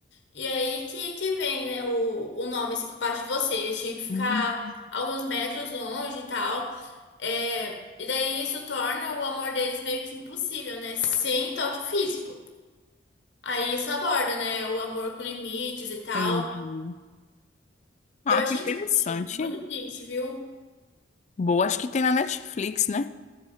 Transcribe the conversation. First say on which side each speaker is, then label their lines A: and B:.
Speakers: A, on the left; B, on the left.
A: E aí que, que vem, né, o, o nome, assim, que passa de você. Eles tinham que ficar
B: Hum,
A: alguns metros longe e tal. É, e daí isso torna o amor deles meio que impossível, né? Sem toque físico. Aí isso aborda, né? O amor com limites e tal.
B: Entendi. Ah,
A: Eu achei
B: que interessante.
A: triste, muito triste, viu?
B: Boa, acho que tem na Netflix, né?